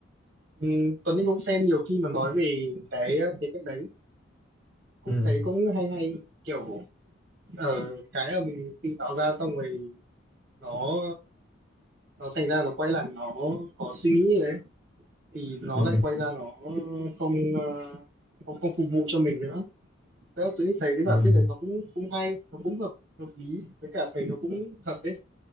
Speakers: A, on the right; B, on the left.
A: ừ, Tuấn Anh cũng xem nhiều khi mà nói về cái cái cách đấy cũng
B: Ừ,
A: thấy cũng hay hay kiểu ờ, cái mà mình tự tạo ra xong rồi nó nó thành ra nó quay lại nó có suy nghĩ đấy thì nó
B: ừ,
A: lại quay ra nó không ờ, không không phục vụ cho mình nữa thế là tôi thấy cái giả
B: ừ,
A: thuyết này nó cũng cũng hay nó cũng hợp hợp lý với cả thấy nó cũng thật đấy